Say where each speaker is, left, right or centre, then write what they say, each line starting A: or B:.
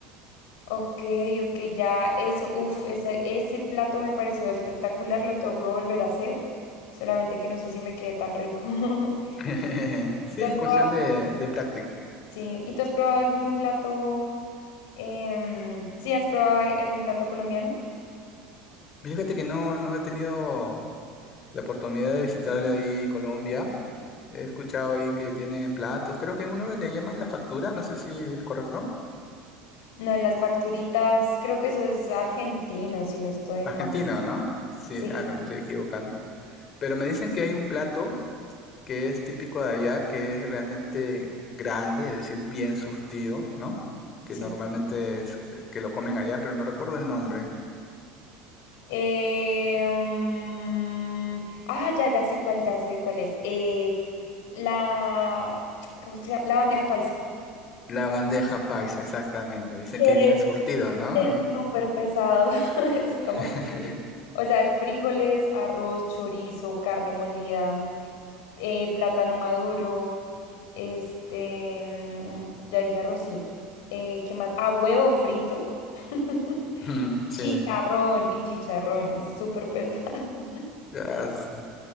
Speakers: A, on the left (about 70°); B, on the left (about 40°).
A: Ok, ok, ya eso, uff, ese, ese plato me pareció espectacular, lo tengo que volver a hacer, solamente que no sé si me quede tan rico. <laughs>
B: <laughs> Sí,
A: ¿Y tú
B: es
A: has probado,
B: cuestión de, de práctica.
A: sí, ¿y tú has probado algún plato, em, sí, has probado a- algún plato colombiano?
B: Fíjate que no, no he tenido la oportunidad de visitar ahí Colombia. He escuchado ahí que tienen platos. Creo que uno le llaman la factura, no sé si es correcto.
A: No, las facturitas, creo que eso es argentino, si no estoy mal.
B: Argentino, ¿no? Sí,
A: Sí,
B: ah, no, me estoy
A: sí,
B: equivocando. Pero me dicen que hay un plato que es típico de allá, que es realmente grande, es decir, bien surtido, ¿no? Que
A: sí.
B: normalmente es eh, que lo comen allá, pero no recuerdo el nombre.
A: Eh, mm, ah, ya, ya sé cuál, ya sé cuál es. Eh, la, ¿cómo es que se llama? La bandeja paisa.
B: La bandeja paisa, exactamente. Dicen
A: Que
B: que es bien surtido, ¿no?
A: es
B: Bien...
A: súper pesado. <laughs> Es como,
B: <laughs>
A: fri- o sea, es frijoles, arroz, chorizo, carne molida, eh, plátano maduro, este, mm, ya dije arroz, sí. Eh, ¿qué más? Ah, huevo frito. <laughs>
B: Ujú, Sí.
A: Chicharrón y chicharrón. Es súper pesado. <laughs>
B: Ah, sí.